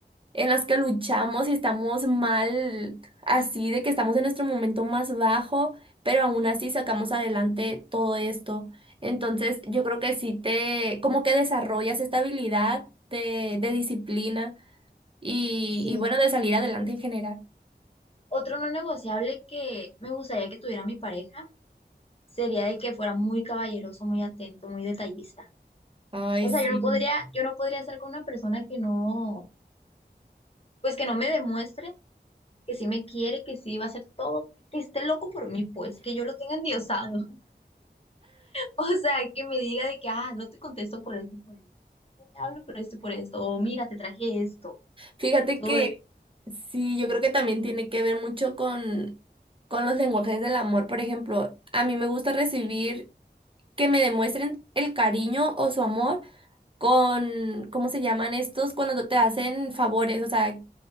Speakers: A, on the right; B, on the left.
A: en las que luchamos y estamos mal, así de que estamos en nuestro momento más bajo, pero aún así sacamos adelante todo esto. Entonces, yo creo que sí te, como que desarrollas esta habilidad de, de disciplina y,
B: Sí.
A: y bueno, de salir adelante en general.
B: Otro no negociable que me gustaría que tuviera mi pareja sería de que fuera muy caballeroso, muy atento, muy detallista.
A: Ay,
B: O
A: sí.
B: sea, yo no podría, yo no podría estar con una persona que no, pues que no me demuestre que sí me quiere, que sí va a hacer todo, que esté loco por mí, pues, que yo lo tenga endiosado. <laughs> O sea, que me diga de que, ah, no te contesto por esto, por esto, no te hablo por esto, por esto, o mira, te traje esto,
A: Fíjate
B: todo
A: que
B: esto,
A: sí, yo creo que también tiene que ver mucho con, con los lenguajes del amor. Por ejemplo, a mí me gusta recibir que me demuestren el cariño o su amor con, ¿cómo se llaman estos? Cuando te hacen favores, o sea,